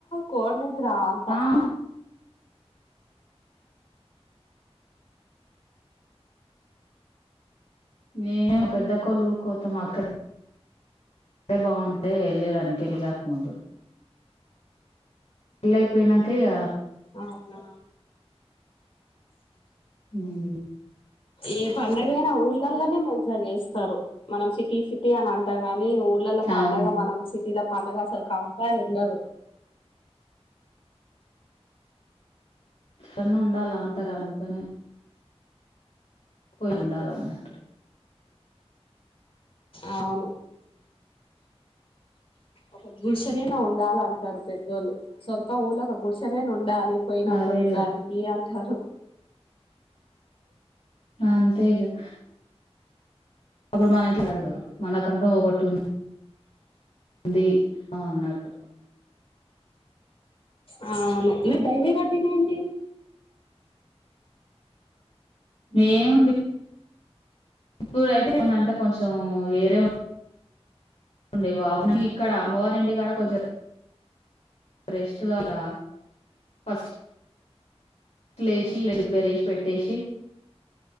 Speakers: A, on the left (about 55°); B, on the left (about 75°).
A: కోడ్ననిద్రా అంత
B: ఆ మేము పెద్దక్కొల్ల ఊకోతాం అక్కడ అంటే బాగుంటే వెళ్ళదన్ని పెళ్ళి కాకముందు పెళ్ళ అయిపోయినంక ఇగ
A: అవునా
B: ఉమ్
A: ఏ పండుగైనా ఊర్ళలోనే మంచిగా చేస్తారు మనం సిటీ సిటీ అని అంటాం కా నీ ఊళ్ళల పండగ
B: అవును
A: మనం సిటీల పండగ అసలు కంపార్ ఉండదు
B: చన్ ఉండాల అంటారు అందుకనె పోయి ఉండాలన్నట్టు
A: అవును ఒక గుడ్షనైన ఉండాల అంటారు పెద్దోళ్ళు సొంత ఊళ్ళో ఒక గుడ్షనైన ఉండాల పోయినప్పుడు
B: అదే
A: ఉండానికి
B: కదా
A: అంటారు
B: ఆ అంతే ఇగా అప్పుడు మన ఇంట్లా అడగారు మనకంటూ ఒకటు ంది అ అన్నట్టు
A: అ అవును మీ డైలీ రొటీన్ ఏంటి
B: ఏం ఉప్పు పెట్టుకుందంట కొంచెం వేరే ఉంది బాబు ఇక్కడ అమ్మవారి ఇంటికాడ కొంచెం రెస్ట్ గాదా ఫస్ట్ అట్లేసి ప్రిపేర్ చెష్ పెట్టేసి